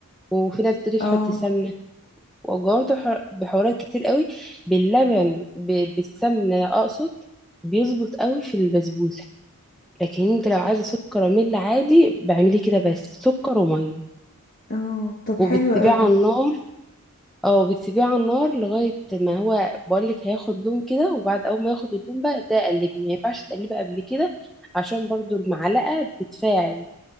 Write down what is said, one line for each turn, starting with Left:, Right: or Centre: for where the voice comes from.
Centre: وفي ناس بتقولي تحط
Left: اه
Centre: سمنة وجربت بح- بحوارات كتير قوي باللبن ب- بالسمنة أقصد بيظبط قوي في البسبوسة لكن انت لو عايزة سكر كراميل عادي بعملي كده بس سكر ومية
Left: اه طب
Centre: وبتسيبيه
Left: حلو قوي
Centre: على النار او بتسيبيه على النار لغاية ما هو بقولك هياخد لون كده وبعد اول ما ياخد اللون بقى ابدأي قلبي ما ينفعش تقلبي قبل كده عشان برضو المعلقة بتتفاعل